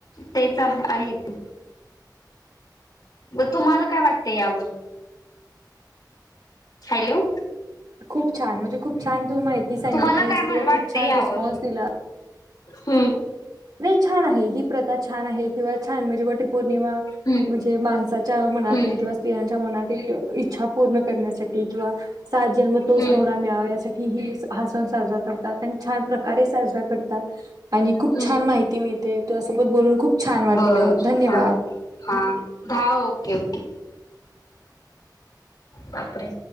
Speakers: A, on the left (about 65°); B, on the right (about 60°).
A: तेच आहेत ब तुम्हाला काय वाटत ते यावर हॅलो
B: खूप छान म्हणजे खूप छान तू माहिती सांगितलीस
A: तुम्हाला काय म्हण
B: किंवा खूप
A: वाटते
B: छान
A: यावर
B: रिस्पॉन्स दिला
A: हम्म
B: नाही छान आहे ही प्रथा छान आहे किंवा छान म्हणजे वटी पौर्णिमा
A: हम्म
B: म्हणजे माणसाच्या मनातील
A: हम्म
B: किंवा स्त्रियांच्या मनातील इच्छा पूर्ण करण्यासाठी किंवा सात जन्म तोच
A: हम्म
B: नवरा मिळावा यासाठी ही हसवून साजरा करतात आणि छान प्रकारे साजरा करतात खूप
A: हम्म
B: छान माहिती मिळते तुझसोबत बोलून खूप छान वाटलं
A: बर
B: धन्यवाद
A: हा हा दहा ओके ओके बापरे